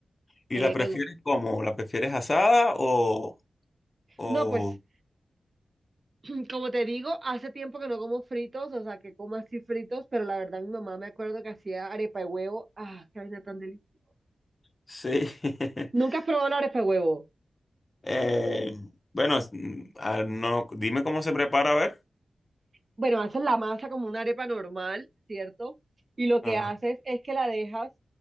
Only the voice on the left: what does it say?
¿Y
la prefieres
cómo? ¿La prefieres asada o, o...
Sí. <laughs>
Eh, bueno, es- mm, ah, no, dime cómo se prepara, a ver.
Ajá.